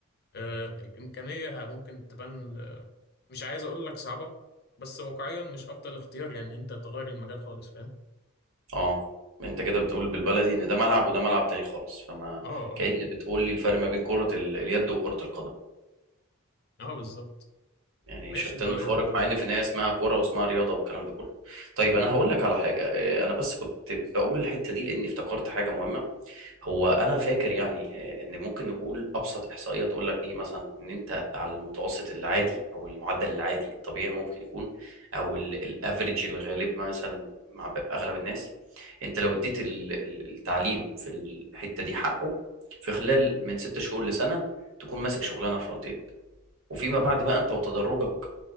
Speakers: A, on the left; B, on the right.
A: آه الإمكانية ممكن تبان آه مش عايز أقول لك صعبة بس واقعيا مش أفضل اختيار يعني أنت تغير المجال خالص فاهم
B: اه انت كده بتقول بالبلدي ان ده ملعب وده ملعب تاني خالص فما
A: اه اه
B: كأن بتقول لي الفرق ما بين كرة ال- اليد وكرة القدم
A: اه بالظبط
B: يعني
A: ماشي
B: شتان
A: طيب
B: الفارق
A: آه
B: مع ان في النهاية اسمها كرة واسمها رياضة والكلام ده كله طيب انا هقول لك على حاجة آه، انا بس كنت بقول الحتة دي لاني افتكرت حاجة مهمة هو انا فاكر يعني آه، ان ممكن نقول ابسط احصائيه تقول لك ايه مثلا ان انت على المتوسط العادي او المعدل العادي الطبيعي ممكن يكون او الافريج الغالب مثلا مع ب- اغلب الناس انت لو اديت ال- ال- التعليم في الحته دي حقه في خلال من ست شهور لسنه تكون ماسك شغلانه فرونت اند وفيما بعد بقى انت وتدرجك